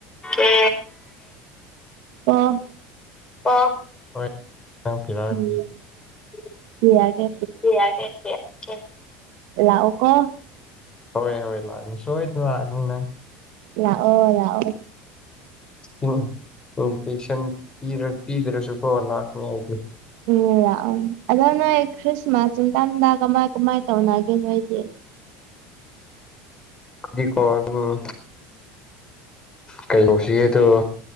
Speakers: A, on the left (about 20°); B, on the right (about 70°).
A: ꯀꯦ
B: ꯑꯣ
A: ꯑꯣ ꯍꯣꯏ <inaudible>
B: ꯎꯝ ꯄꯤꯔꯛꯀꯦ
A: <inaudible>
B: ꯂꯥꯛꯑꯣ ꯀꯣ꯫
A: ꯍꯣꯏ ꯍꯣꯏ ꯂꯥꯛꯅꯤ ꯁꯣꯏꯗꯅ ꯂꯥꯛꯑꯅꯤꯅꯪ
B: ꯂꯥꯛꯑꯣ ꯂꯥꯛꯑꯣ
A: ꯏꯟꯚꯇꯦꯁꯟ ꯄꯤꯗ꯭ꯔꯁꯨꯀꯣ ꯂꯥꯛꯅꯤ ꯍꯥꯏꯗꯤ
B: ꯎꯝ ꯂꯥꯛꯑꯣ ꯑꯗꯣ ꯅꯣꯏ ꯈ꯭ꯔꯤꯁꯃꯥꯁ ꯇꯝꯗ ꯀꯃꯥꯏ ꯀꯃꯥꯏ ꯇꯧꯅꯒꯦ ꯅꯣꯏꯗꯤ
A: ꯗꯤꯀꯣ ꯎꯝ ꯀꯩ ꯇꯧꯁꯤꯒꯦꯗꯣ